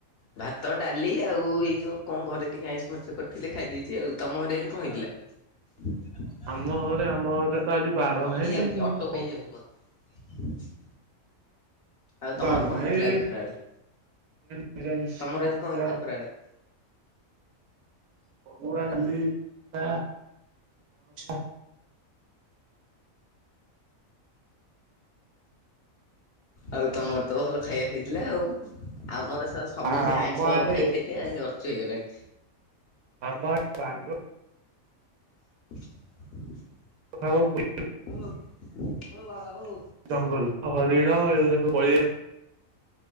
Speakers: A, on the left; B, on the right.
A: ଭାତ, ଡାଲି ଆଉ ଏଇ ଯୋଉ କଣ ଘରେ ଟିକେ ଆଇଁଷ ଫାଇଁଷ କରିଥିଲେ ଖାଇ ଦେଇଚି ଆଉ। ତମ ଘରେ ଆଜି କଣ ହେଇଥିଲା? <inaudible>
B: ଆମ ଘରେ ଆମ ଘରେ ତ ଆଜି ବାର
A: କଟି
B: ନାହିଁ।
A: ଯାଉଛି
B: କଣ
A: ଅଟୋପେ ହେଇଯାଉଛି <inaudible> ଆଉ ତମର
B: ବାର
A: କଣ
B: ନାହିଁ
A: ହେଇଥିଲା ଆଜି ଖରା ବେଳେ?
B: ନିରାମିଷ
A: ତମର
B: ପୁରା
A: ଆଜି କଣ ହେଇଥିଲା ଖରାବେଳେ?
B: <unintelligible>
A: ଆଉ ତମର ତ ଭଲ ଖାଇବା ହେଇଥିଲା ଆଉ। ଆମର ସ ସବୁ
B: ଆମ
A: ସେ ଆଇଁଷ
B: ଆଡେ
A: ଖାଇ ଖାଇକି ଅର୍ଚୁ ହେଇଗଲାଣି।
B: <unintelligible>
A: <inaudible>
B: <unintelligible>
A: ଓ ଓ ବାବା ଓ।
B: ଜଙ୍ଗଲ ହରିଣ ଏଗୁରା ସବୁ। <unintelligible>